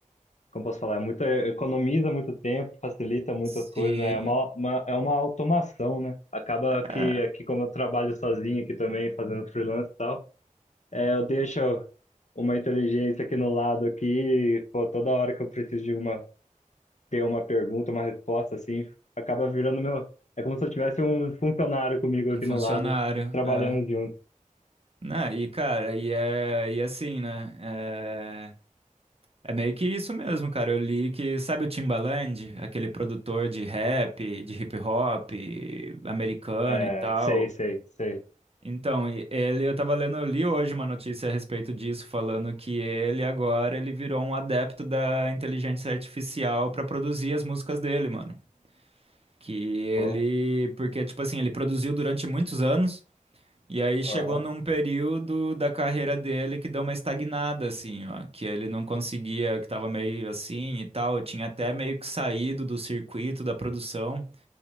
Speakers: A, on the left (about 60°); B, on the right (about 45°).
A: como posso falar, é muita, economiza muito tempo, facilita muitas
B: se
A: coisas, é uma, uma- é uma automação, né? Acaba que
B: é,
A: aqui, como eu trabalho sozinho aqui também, fazendo freelance e tal, é, eu deixo uma inteligência aqui no lado aqui, pô, toda hora que eu preciso de uma, ter uma pergunta, uma resposta, assim, acaba virando meu. É como se eu tivesse um funcionário comigo aqui
B: um funcionário,
A: no lado, trabalhando
B: é,
A: junto.
B: né? E cara, e é, e assim, né? É, É meio que isso mesmo, cara. Eu li que, sabe o Timbaland, aquele produtor de rap, de hip hop americano
A: É,
B: e tal.
A: sei, sei, sei.
B: Então, e- ele, eu tava lendo, eu li hoje uma notícia a respeito disso, falando que ele agora ele virou um adepto da inteligência artificial pra produzir as músicas dele, mano. Que ele,
A: Pô,
B: porque tipo assim, ele produziu durante muitos anos. E aí chegou
A: aham,
B: num período da carreira dele que deu uma estagnada, assim, ó, que ele não conseguia, que tava meio assim e tal, tinha até meio que saído do circuito da produção.